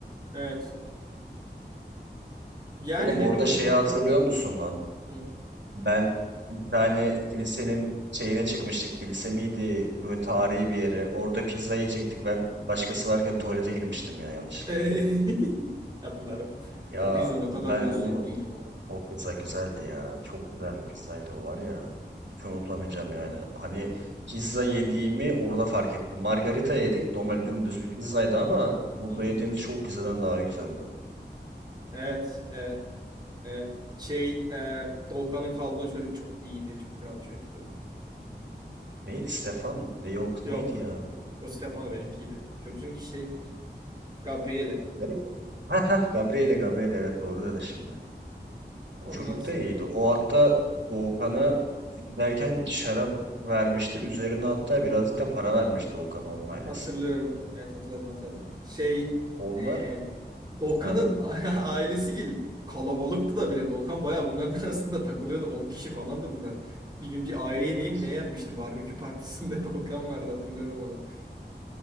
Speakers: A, on the right; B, on the right.
A: Evet. Yani
B: Oğlum
A: ne
B: orada
A: bileyim
B: şeyi
A: kanka.
B: hatırlıyor musun lan?
A: Hı.
B: Ben bir tane kilisenin şeyine çıkmıştık. Kilise miydi? Böyle tarihi bir yere. Orada pizza yiyecektik. Ben başkası varken tuvalete girmiştim ya yanlışlıkla.
A: <laughs> Hatırladım.
B: Ya
A: O pizza ne kadar
B: ben
A: lezzetliydi
B: onu
A: lan.
B: o pizza güzeldi ya. Çok güzel bir pizzaydı o var ya. Hiç unutamayacağım yani. Hani pizza yediğimi orada fark ettim. Margarita yedik. Normal dümdüz bir pizzaydı ama burada
A: Hı hı.
B: yediğimiz çoğu pizzadan daha güzeldi.
A: Evet, evet, evet. Şey, e, Doğukan'ın kaldığı çocuk çok iyiydi. Çok kral çocuktu.
B: Neydi Stefan? Ne yok
A: Yok.
B: neydi ya?
A: O Stefano benimkiydi. Çocuğun ki şey, Gabriele.
B: Garip. Ha ha Gabriele Gabriele evet doğru dedin şimdi. O
A: Ondan
B: çocuk
A: sonra.
B: da iyiydi. O hatta Doğukan'a giderken şarap vermişti. Üzerine hatta birazcık da para vermişti Doğukan'a onun ailesi.
A: Hatırlıyorum. Evet hatırladım hatırladım. Şey
B: Onlar
A: e, Doğukan'ın
B: ha
A: <laughs> ailesi gil kalabalıktı da bile Doğukan bayağı bunların <laughs> arasında takılıyordu. on kişi falandı bunlar. Bir gün bir aile yemeği
B: evet.
A: mi ne yenmişti? Barbekü partisinde <laughs> Doğukan vardı hatırlıyorum onu.